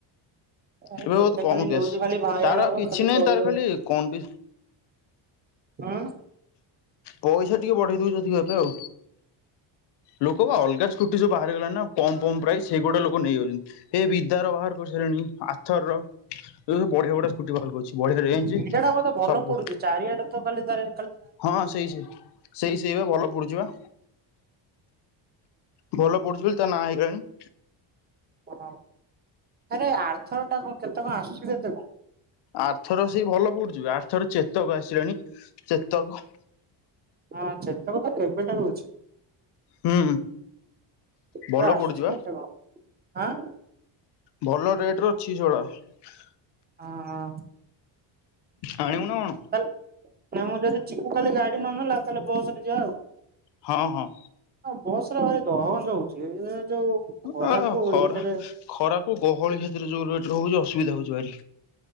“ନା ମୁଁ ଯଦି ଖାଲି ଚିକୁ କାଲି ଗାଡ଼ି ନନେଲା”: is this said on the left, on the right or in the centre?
Right